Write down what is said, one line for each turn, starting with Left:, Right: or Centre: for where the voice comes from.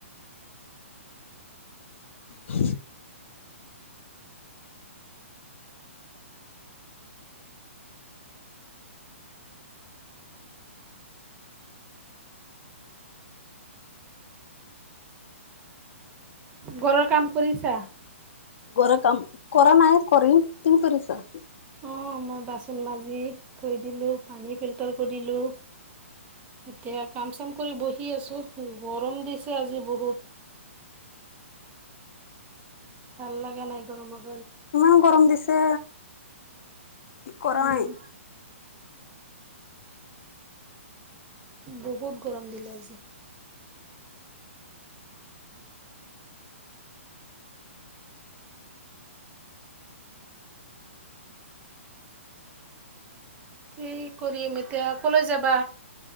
Left: উ
Right: ঘৰৰ কাম কৰিছা?
Left: ঘৰত কাম কৰা নাই কৰিম তুমি কৰিছা?
Right: অঁ মই বাচন মাজি থৈ দিলোঁ পানী ফিল্টাৰ কৰিলোঁ। এতিয়া কাম চাম কৰি বহি আছো গৰম দিছে আজি বহুত, <unintelligible> ভাল লগা নাই গৰমত।
Left: ইমান গৰম দিছে কৰাই
Right: উম বহুত গৰম দিলে আজি‌। কি কৰিম এতিয়া কলৈ যাবা।